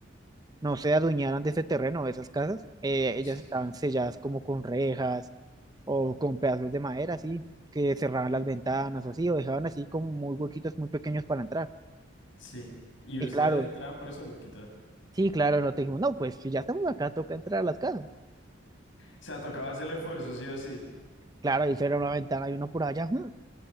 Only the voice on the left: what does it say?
Sí,
sí. Y
ustedes
entraban por esos huequitos. O
sea, tocaba hacer el esfuerzo, sí o sí.